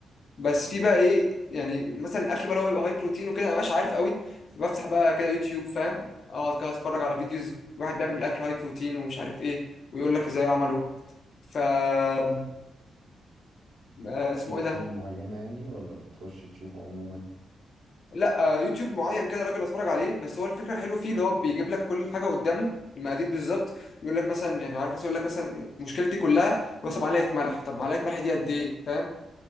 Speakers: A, on the left (about 55°); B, on the right (about 80°).
A: بس
B: ماشي
A: في بقى ايه يعني مثلا الاكل بقى لو بيبقى هاي بروتين وكده انا مش عارف قوي فبفتح بقى كده يوتيوب فاهم اقعد كده اتفرج على فيديوز واحد بيعمل الاكل هاي بروتين ومش عارف ايه ويقول لك ازاي عمله ف آه، اسمه
B: في
A: ايه
B: شانل
A: ده
B: معينة يعني ولا بتخش تشوفه عموما
A: لا آه، يوتيوب معين كده راجل بتفرج عليه بس هو الفكره الحلوه فيه اللي هو بيجيب لك كل حاجه قدامه المقادير بالظبط يقول لك مثلا يعني عارف مثلا يقول لك مثلا مشكلتي كلها مثلا معلقه ملح طب معلقه ملح دي قد ايه فاهم